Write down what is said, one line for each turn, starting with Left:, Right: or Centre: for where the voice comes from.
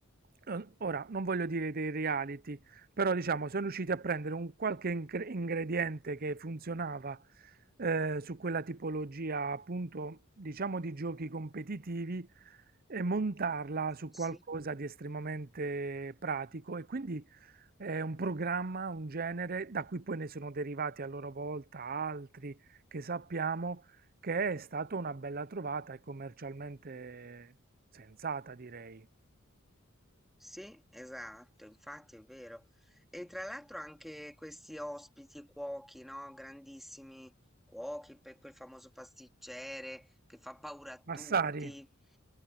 Right: eh, ora non voglio dire dei reality, però diciamo sono riusciti a prendere un qualche ingre- ingrediente che funzionava eh, su quella tipologia, appunto, diciamo di giochi competitivi e montarla su
Centre: Sì,
Right: qualcosa di estremamente pratico e quindi... È un programma, un genere, da cui poi ne sono derivati a loro volta altri che sappiamo, che è stata una bella trovata e commercialmente sensata, direi.
Centre: sì, esatto, infatti è vero. E tra l'altro anche questi ospiti cuochi, no? Grandissimi cuochi, per quel famoso pasticcere che fa paura a
Right: Massari,
Centre: tutti.